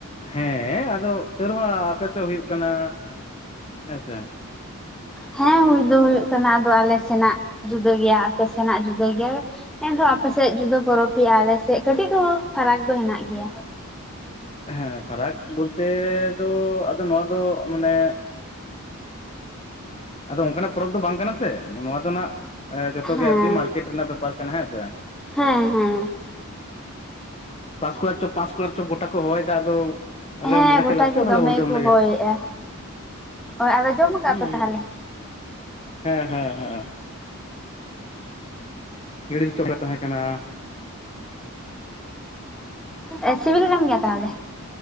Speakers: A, on the left; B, in the centre.
A: ᱦᱮᱸᱻ ᱟᱫᱚ ᱛᱟᱹᱣ ᱨᱮᱦᱚ ᱟᱯᱮ ᱥᱮᱫ ᱦᱩᱭᱩᱜ ᱠᱟᱱᱟ ᱦᱮᱸ ᱥᱮ ᱾
B: ᱦᱮᱸ ᱦᱩᱭ ᱫᱚ ᱦᱩᱭᱩᱜ ᱠᱟᱱᱟ ᱟᱫᱚ ᱟᱞᱮ ᱥᱮᱱᱟᱜ ᱡᱩᱫᱟᱹ ᱜᱮᱭᱟ ᱟᱯᱮ ᱥᱮᱱᱟᱜ ᱡᱩᱫᱟᱹ ᱜᱮᱭᱟ ᱮᱱᱦᱚᱸ ᱟᱯᱮᱥᱮᱫ ᱡᱩᱫᱟᱹ ᱯᱚᱨᱚᱵ ᱦᱩᱭᱩᱜ-ᱟ ᱟᱞᱮᱥᱮᱫ ᱠᱟᱹᱴᱤᱡ ᱨᱮᱦᱚᱸ ᱯᱷᱟᱨᱟᱠ ᱫᱚ ᱦᱮᱱᱟᱜ ᱜᱮᱭᱟ ᱾
A: ᱦᱮᱸ ᱯᱷᱟᱨᱟᱠ ᱵᱚᱞ ᱛᱮᱻ ᱫᱚ ᱟᱫᱚ ᱱᱚᱣᱟ ᱫᱚ ᱢᱟᱱᱮ ᱟᱫᱚ ᱚᱱᱠᱟᱱᱟᱜ ᱯᱚᱨᱚᱵ ᱫᱚ ᱵᱟᱝ ᱠᱟᱱᱟ ᱥᱮ ᱱᱚᱣᱟ ᱫᱚ ᱱᱟᱜ ᱡᱚᱛᱚ
B: ᱦᱮᱸ
A: ᱜᱮ ᱟᱨᱠᱤ ᱢᱟᱨᱠᱮᱴ ᱨᱮᱱᱟᱜ ᱵᱮᱯᱟᱨ ᱠᱟᱱᱟ ᱦᱮᱸ ᱥᱮ ᱾
B: ᱦᱮᱸ ᱦᱮᱸ
A: ᱯᱟᱥᱠᱩᱲᱟᱨ ᱪᱚᱯ ᱯᱟᱥᱠᱩᱲᱟᱨ ᱪᱚᱯ ᱜᱚᱴᱟ ᱠᱚ ᱦᱚᱦᱚᱭᱮᱫᱟ ᱟᱫᱚ ᱟᱞᱮ
B: ᱦᱮᱸ
A: ᱞᱮ ᱢᱚᱱᱮ <unintelligible>
B: ᱜᱚᱴᱟ
A: ᱪᱚ
B: ᱜᱮ
A: ᱛᱚᱦᱚᱞᱮ
B: ᱫᱚᱢᱮ
A: ᱟᱵᱚᱵᱚᱱ
B: ᱜᱮᱠᱚ
A: ᱡᱚᱢ ᱞᱮᱜᱮ,
B: ᱦᱚᱭᱮᱜᱼᱟ ᱦᱳᱭ ᱟᱫᱚ ᱡᱚᱢ ᱠᱟᱜᱼᱟ
A: ᱦᱩᱸ
B: ᱯᱮ ᱛᱟᱦᱚᱞᱮ
A: ᱦᱩᱸ ᱦᱮᱸ ᱦᱮᱸ ᱦᱮᱸ ᱜᱤᱲᱤᱨ ᱪᱚᱫᱟ ᱛᱟᱦᱮᱸ ᱠᱟᱱᱟ
B: ᱚᱻ ᱥᱤᱵᱤᱞ ᱠᱟᱱ ᱜᱮᱭᱟ ᱛᱟᱦᱚᱞᱮ?